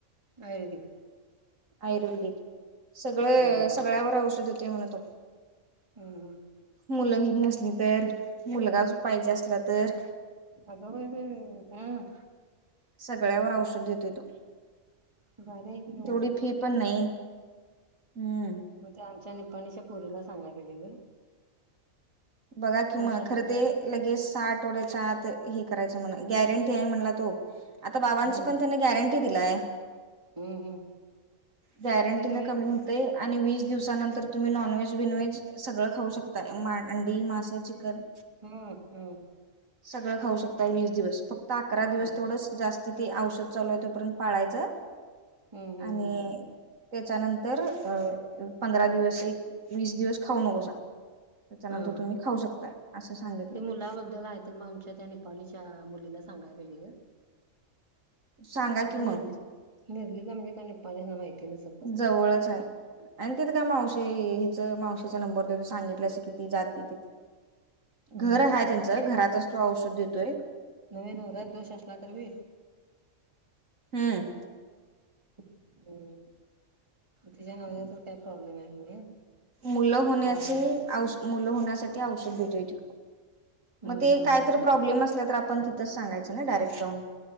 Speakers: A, on the right; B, on the right.
A: आयुर्वेदिक
B: आयुर्वेदिक. सगळं
A: हम्म हम्म
B: सगळ्यावर औषध देतोय म्हणतो.
A: हम्. हम.
B: मुलं हाईत नसली तर, मुलगाच पाहिजे असला तर
A: आग बाई बाई बाई हं.
B: सगळ्यावर औषध देतोयं तो.
A: भारी हाय की. मग
B: तेवढी फी पण नाही. हम्म.
A: मग ते आमच्या निपाणीच्या पुरीला सांगाला पाहिजे गं.
B: बघा किं म
A: असला
B: खरं
A: तर
B: ते लगेच सा आठवड्याच्या आत हे करायचं म्हण गॅरंटी हाय म्हणला तो. आता बाबांची
A: हम्म
B: पण तेनं गॅरंटी दिलाय.
A: हम्म हम्म
B: गॅरंटी
A: ते नव्हे
B: न कमी हुतयं आणि वीस दिवसानंतर तुम्ही नॉनव्हेज बिनव्हेज सगळं खाऊ शकताय. मा -- अंडि, मास, चिकन.
A: हम, हम.
B: सगळं खाऊ शकताय वीस दिवस फक्त अकरा दिवस
A: हम्म
B: तेवढंच जास्त -- किथली औषध चालू हाय तोपर्यंत पाळायचं
A: हम्म हम्म
B: आणि
A: हम्म
B: त्याच्यानंतर अ पंधरा दिवस एक वीस दिवस खाऊ नकोसा. त्याच्यानंतर
A: हा.
B: तुम्ही खाऊ शकताय असं सांगितलं
A: ते मुलाबद्दल आहेत तर मग आमच्या त्या निपाणीच्या मुलीला सांगायला पाहिजे गं.
B: सांगा
A: आता
B: की मग
A: निरली. निरलीला म्हणजे काय निपाणीस माहिती नसलं.
B: जवळच हाय. आणि तिथं काय मावशी हिच मावशीचा नंबर दे त सांगितलं अस किती जाते तिथं.
A: हम्म
B: घर आहेय त्यांचं
A: तेच
B: घरातचतो औषध देतोय.
A: नवी नवऱ्यात दोष असला तररी बी.
B: हम्म.
A: हम्. तिच्या नवऱ्यातच काय प्रॉब्लेम हाय म्हणे.
B: मुलं होण्याचे
A: द्यावेळेला
B: औष मुलं होण्यासाठी औषध देतोय तो.
A: हम्म
B: मग ते
A: हम्म
B: कायत
A: हम्म
B: प्रॉब्लेम
A: हम्म
B: असल्या तर आपण तिथंच सांगायचं ना डायरेक्ट जाऊन..